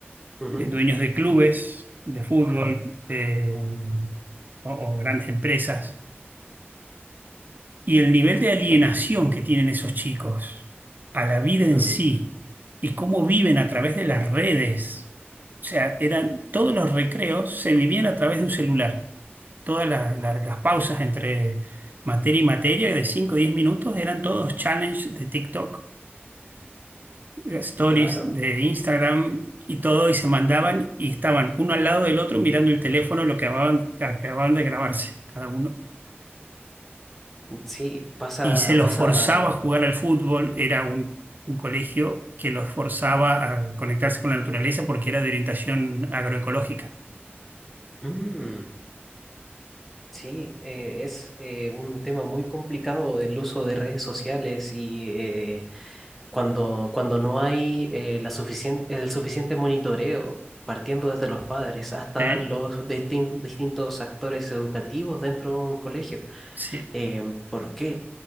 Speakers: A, in the centre; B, on the right.
A: ujú,
B: eh, dueños de clubes de fútbol, eh, o o grandes empresas y el nivel de alienación que tienen esos chicos a la vida en
A: mm,
B: sí y cómo viven a través de las redes. O sea, eran todos los recreos se vivían a través de un celular. Todas la- la- las pausas entre materia y materia de 5 o 10 minutos eran todos challenges de TikTok, eh, stories
A: Claro.
B: de Instagram y todo, y se mandaban y estaban uno al lado del otro mirando el teléfono lo que acababan, que acababan de grabarse, cada uno.
A: Sí, pasa,
B: y se los
A: pasa.
B: forzaba a jugar al fútbol. Era un, un colegio que los forzaba a conectarse con la naturaleza porque era de orientación agroecológica.
A: mm, sí, eh, es eh, un tema muy complicado del uso de redes sociales y eh, cuando, cuando no hay eh, la suficien- el suficiente monitoreo, partiendo desde los padres hasta
B: ¿Eh?
A: los distin- distintos actores educativos dentro de un colegio.
B: Sí,
A: Eh, ¿por qué?